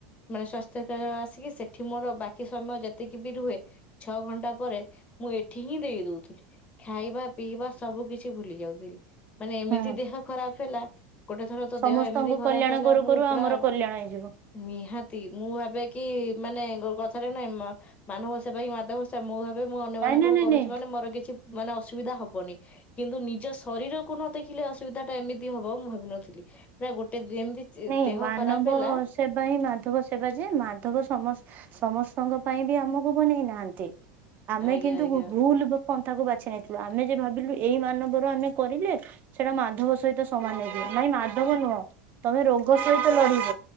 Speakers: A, on the left; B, on the right.
A: ମାନେ ସ୍ଵାସ୍ଥ୍ୟ ଆସିକି ସେଠି ମୋର ବାକି ସମୟ ଯେତିକି ବି ରୁହେ ଛଅ ଘଣ୍ଟା ପରେ ମୁଁ ଏଠି ହିଁ ଦେଇ ଦଉଥିଲି ଖାଇବା ପିଇବା ସବୁ କିଛି ଭୁଲି ଯାଉଥିଲି ମାନେ
B: ହୁଁ
A: ଯେ ଦେହ ଖରାପ ହେଲା। ଗୋଟେ ଥର ତ
B: ସମସ୍ତଙ୍କ
A: ଦେହ ଏମିତି ଖରାପ
B: କଲ୍ୟାଣ
A: ହେଲା
B: କରୁ
A: ମୁଁ
B: କରୁ
A: ପୁରା
B: ଆମର କଲ୍ୟାଣ ହେଇଯିବ
A: ନିହାତି ମୁଁ ଭାବେ କି ମାନେ କଥାରେ ନାହିଁ ମା ମାନବ ସେବା ହିଁ ମାଧବ ସେ। ମୁଁ ଭା ମୁଁ ଅନ୍ୟ
B: ନାଇଁ
A: ମାନଙ୍କର
B: ନାଇଁ ନାଇଁ
A: କରୁଛି
B: ନାଇଁ
A: ମାନେ ମୋର କିଛି ମାନେ ଅସୁବିଧା ହବନି କିନ୍ତୁ ନିଜ ଶରୀରକୁ ନଦେଖୀ ଦେଖିଲେ ଅସୁବିଧା ଟା ଏମିତି ହବ ମୁଁ ଭାବିନଥିଲି ପୁରା ଗୋଟେ ଯେମିତି ଚେ
B: ନାଇଁ
A: ଦେହ
B: ମାନବ
A: ଖରାପ ହେଲା
B: ସେବା ହିଁ ମାଧବ ସେବା ଯେ ମାଧବ ସମ ସମସ୍ତ ସଂଘ ପାଇଁ ବି ଆମକୁ ବନେଇ ନାହାନ୍ତି ଆମେ
A: ଆଜ୍ଞା
B: କିନ୍ତୁ
A: ଆଜ୍ଞା
B: ଭୁ ଭୁଲୁ ପନ୍ଥାକୁ ବାଛି ନେଇଥିଲୁ ଆମେ ଯେ ଭାବିଲୁ ଏଇ ମାନବର ଆମେ କରିଲେ ସେଇଟା ମାଧବ ସହିତ ସମାନ ହେଇଜୀବ। ନାଇଁ ମାଧବ ନୁହଁ। ତମେ ରୋଗ ସହିତ ଲଢିବ